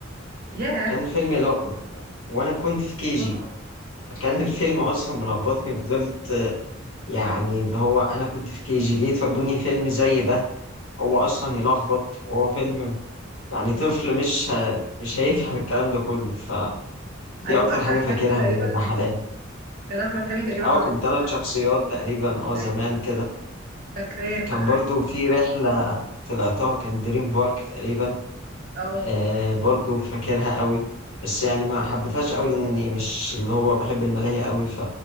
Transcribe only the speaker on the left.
كان فيلم يلخبط وانا كنت في كي جي
فكان الفيلم اصلا ملخبطني فضلت يعني اللي هو انا كنت في كي جي ليه تودوني فيلم زي ده هو اصلا يلخبط وهو فيلم يعني طفل مش ه... مش هيفهم الكلام ده كله فدي
اكتر
حاجه فاكرها
من الرحلات
اه
كان ثلاث
شخصيات تقريبا اه زمان
كده
كان
برضو في رحلة طلعتها كان دريم بارك تقريبا
آه برضو فاكرها قوي بس يعني ما حبيتهاش قوي لاني مش اللي هو بحب الملاهي قوي ف